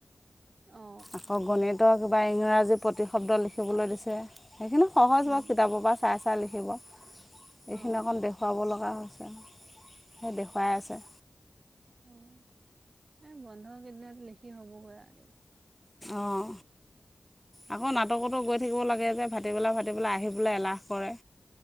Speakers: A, on the right (about 65°); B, in the centre.
A: অ
B: আকৌ গণিত ত 'কিবা ইংৰাজী প্ৰতিশব্দ লিখিবলৈ দিছে সেইখিনি সহজ
A: উম
B: বাৰু কিতাপৰ পৰা চাই কাই লিখিব এইখিনি
A: অ
B: অকণ দেখুৱাব লগা হৈছে সেই দেখুৱাই আছে
A: উম এই বন্ধ কেইদিনত লিখি হ'ব পৰা দিওঁ
B: অঁ আকৌ নাটকতো গৈ থাকিব লাগে যে ভাটি বেলা ভাটি বেলা আহি পেলাই এলাহ কৰে